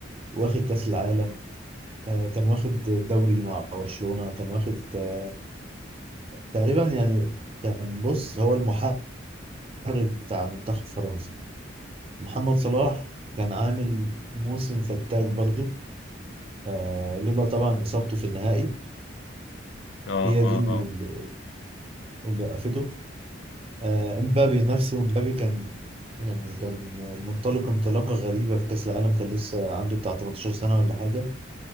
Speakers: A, on the right (about 30°); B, on the left (about 70°).
A: واخد كأس العالم آه، كان واخد دوري مع برشلونة كان واخد آه، تقريبا يعني كان بص هو المحرك المدرب بتاع منتخب فرنسا محمد صلاح كان عامل موسم فتاك برضو آه لولا طبعا إصابته في النهائي
B: اه
A: هي دي
B: اه
A: اللي,
B: اه
A: اللي اللي وقفته آه امبابي نفسه امبابي كان يعني كان منطلق انطلاقة غريبة في كأس العالم كان لسه عنده بتاع 18 سنة ولا حاجة